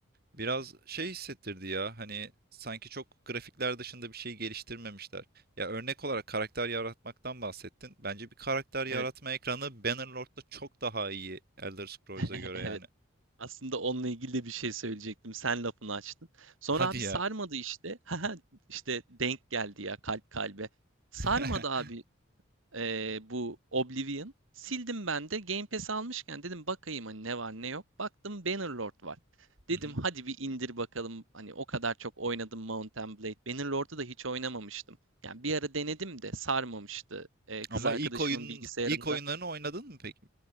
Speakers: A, on the right; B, on the right.
A: Biraz şey hissettirdi ya hani sanki çok grafikler dışında bir şey geliştirmemişler. Ya örnek olarak karakter yaratmaktan bahsettin. Bence bir karakter yaratma
B: Evet.
A: ekranı Bannerlord'da çok daha iyi Elder Scrolls'a
B: <laughs>
A: göre
B: Evet.
A: yani.
B: Aslında onunla ilgili de bir şey söyleyecektim. Sen lafını açtın. Sonra
A: Hadi
B: abi sarmadı
A: ya.
B: işte. <laughs> Haha, işte denk geldi ya kalp kalbe.
A: <laughs>
B: Sarmadı abi eee, bu Oblivion. Sildim ben de Game Pass almışken dedim bakayım hani ne var ne yok. Baktım Bannerlord var.
A: Hı
B: Dedim
A: hı.
B: hadi bir indir bakalım. Hani o kadar çok oynadım Mount and Blade. Bannerlord'u da hiç oynamamıştım. Yani bir ara denedim de sarmamıştı. Eee, kız
A: Ama
B: arkadaşımın
A: ilk oyun
B: bilgisayarında
A: ilk oyunlarını oynadın mı peki?